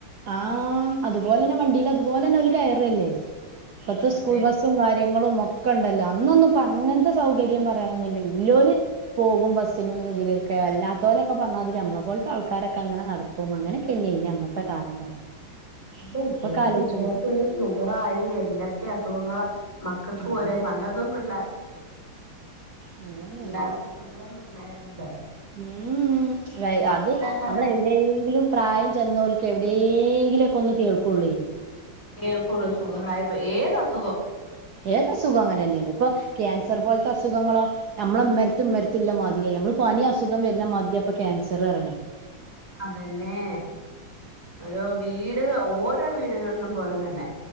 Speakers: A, on the right (about 60°); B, on the left (about 15°).
A: ആഹ് അതുപോലെന്നെ വണ്ടിൽ അതുപോലെ തന്നെ ഒരു കയറല്ലേ ഇപ്പത്തെ
B: ആഹ്
A: സ്കൂൾ ബസും കാര്യങ്ങളും ഒക്കെ ണ്ടല്ലോ അന്നൊന്നും ഇപ്പ അങ്ങനത്തെ സൗകര്യം പറയാനൊന്നുമല്ല ഇല്ലോര് പോകും ബസ്സിനുംന്തെൊക്കെ വല്ലാത്തോലൊക്കെ പറഞ്ഞാതിരി നമ്മളെ പോലത്തെ ആൾക്കാരൊക്കെ അങ്ങനെ നടക്കും അങ്ങനെയൊക്കെ ല്ലെനി അന്നത്തെ കാലം പറയും
B: അല്ല ഇപ്പോഴത്തെ
A: ഇപ്പൊക്കെ ആലോചിച്ചും
B: പിള്ളേർക്ക് വരെ ഷുഗറായി എല്ലൊക്കെ അസുഖങ്ങള മക്കൾക്ക്
A: അതന്നെ
B: ഒരേ പണ്ടൊന്നും പിള്ള
A: അങ്ങനെന്നെയാണ്
B: <unintelligible> പിളേളർക്ക് ല്ലായിരുന്നല്ലോ
A: ഉം അത്
B: കാലഘട്ട
A: നമ്മടെ എവിടെയെങ്കിലും പ്രായം ചെന്നവർക്ക് എ എന്തെങ്കിലൊക്കെ ഒന്ന് കേൾക്കുള്ളൂ
B: കേക്കള സുഖർായി ഏതാസുഖം
A: ഏത് അസുഖം അങ്ങനെ തന്നെയാണ് ഇപ്പൊ ക്യാൻസർ പോലത്തെ അസുഖങ്ങളോ നമ്മളെ മരത്തും മരത്തില്ല മാതിരി നമ്മള് പനി അസുഖം വരുന്ന മാതിരിയ അപ്പൊ ക്യാൻസർ ഇറണത്
B: അതന്നെ ഓരോ വീട് ഓരോ വീടുകളിലും പോലെ തന്നെ